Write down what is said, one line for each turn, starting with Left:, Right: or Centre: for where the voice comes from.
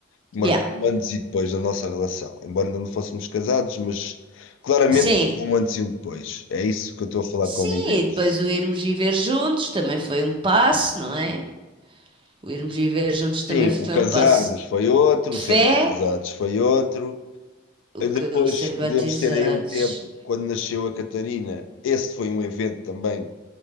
Left: que
Right: Yeah.
Left: marcou o antes e depois da nossa relação. Embora ainda não fôssemos casados, mas claramente
Right: Sim,
Left: marcou um antes e um depois. É isso que eu estou a falar
Right: sim,
Left: como evento,
Right: e depois o irmos viver juntos também foi um passo, não é? O irmos viver juntos também
Left: Sim,
Right: foi
Left: o casarmos
Right: um passo
Left: foi outro,
Right: de
Left: o ser
Right: fé,
Left: batizados foi outro. E
Right: o
Left: depois
Right: que o ser
Left: podemos
Right: batizados.
Left: ter aí um tempo, quando nasceu a Catarina, esse foi um evento também